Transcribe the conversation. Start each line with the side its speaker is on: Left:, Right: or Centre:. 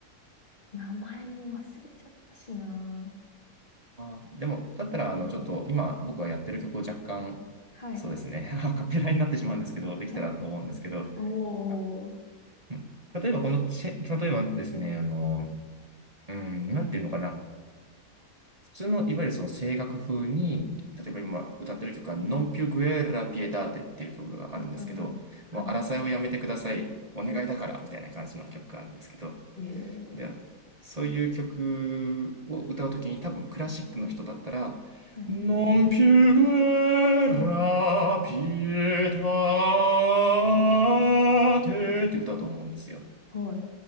Left: う。名前も忘れちゃったしな。
Right: あー、でも、だったら、
Left: うん。
Right: あの、ちょっと今僕がやってる曲を若干、
Left: はい。
Right: そうですね、<laughs> アカペラになってしまうんですけど、できたらと思うんですけど、
Left: <laughs> おー、
Right: あうん例えばこのチェ、例えばですね、あの、うん、なんていうのかな。普通の、いわゆるその声楽風に、例えば今歌ってる曲は、ノンピュグエラピエターテっていう曲があるんですけど、
Left: うんうんうん。はい。
Right: もう争いをやめてください、お願いだから、みたいな感じの曲があるんですけど、
Left: へえ、
Right: で、そういう曲を歌うときに多分クラシックの人だったら、
Left: はい。
Right: Non più guerra, pietate って歌うと思うんですよ。
Left: はい。